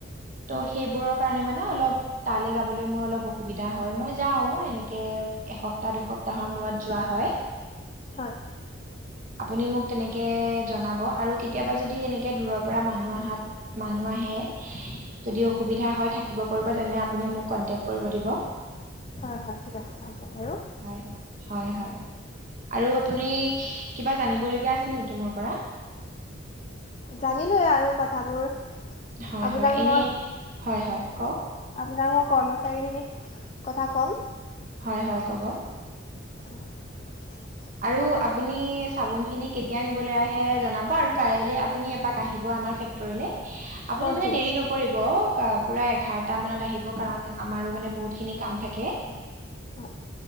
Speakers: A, on the right; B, on the left.
A: ত'
B: উম
A: সেইবোৰৰ কাৰণে মানে অলপ তালৈ যাবলৈ মোৰ অলপ অসুবিধা হয় মই যাও এনেকে এসপ্তাহ দুসপ্তাহৰ মূৰত যোৱা হয়
B: হয়
A: আপুনি মোক তেনেকে জনাব আৰু কেতিয়াবা যদি এনেকে দূৰৰ পৰা মানুহ আহাত মানুহ আহে যদি অসুবিধা হয় থাকিব পাৰিব তেনে আপুনি মোক কণ্টেক্ট কৰিব দিব
B: হয় হয় ঠিক আছে হ'ব বাৰু
A: হয় হয় হয় আৰু আপুনি কিবা জানিবলগীয়া আছিল নেকি মোৰ পৰা
B: জানিলোৱে আৰু কথাবোৰ
A: হয়
B: আপোনাক
A: হয় এনে
B: মই
A: হয় হয় কওক
B: আপোনাক মই কৰ্মচাৰী খিনিক কথা কম
A: হয় হয় ক'ব
B: <inaudible>
A: আৰু আপুনি চাবোন খিনি কেতিয়া নিবলৈ আহে জনাব আৰু কাইলৈ আপুনি এপাক আহিব আমাৰ ফেক্ট্ৰৰিলৈ আপুনি
B: অ
A: মানে
B: ঠিক
A: দেৰি
B: আছে
A: নকৰিব পুৰা এঘাৰটা মানত আহিব কাৰণ আমাৰো মানে বহুতখিনি কাম থাকে
B: অ